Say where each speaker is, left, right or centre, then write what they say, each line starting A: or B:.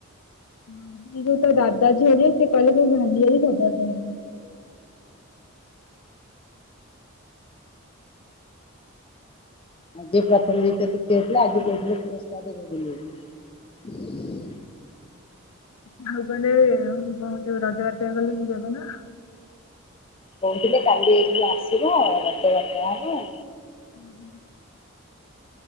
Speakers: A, on the left; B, on the left.
A: ହଁ ସେ ଯୋଉ ତା ଦାଦା ଝିଅ ଜିଏ ସେ କହିଲେ ଭାଙ୍ଗି ଯାଇଛି ସଜାଡ଼ି ଦେବେ।
B: ଆଯି <unintelligible> ପ୍ରଥମ ଦୃତିୟା ତୃତୀୟା ଥିଲେ ଆଜି କହୁଥିଲେ ପୁରସ୍କାର ଦେବେ ବୋଲି <unintelligible> <inaudible>
A: <unintelligible> ହଉ କଣ୍ଡେ ଯୋଉ ରଜ ବାାତ ଟ କଲେ ମୁ ଯବ ନା। <unintelligible>
B: କହୁଥିଲେ କାଲି ଏଇଠି ଆସିବ ଆ ରଜ <unintelligible> ବାଟଆ ହେବ ଆ
A: ହୁଁ ହୁଁ <inaudible>